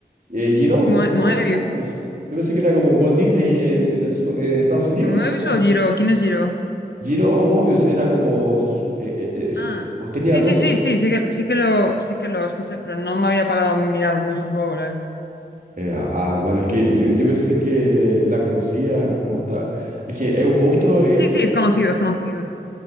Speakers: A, on the right; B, on the left.
A: eh, Giroud,
B: Moe-
A: Mo-
B: Moebius.
A: Mobius. Yo pensé que era como Walt Disney en, en el su- en Estados Unidos,
B: ¿Moebius
A: es como
B: o Giro? ¿Quién es Giro?
A: Giroud Mobius, era como, su- eh, eh, eh, su-
B: Ah,
A: o tenía
B: sí,
A: 12.
B: sí, sí, sí, sí que, sí que lo, sí que lo escuché, pero no me había parado a mirar mucho su obra.
A: eh, ah, ah, bueno, es que yo, yo pensé que la conocía, como está. Es que es un monstruo este,
B: Sí, sí,
A: porque
B: es conocido, es conocido.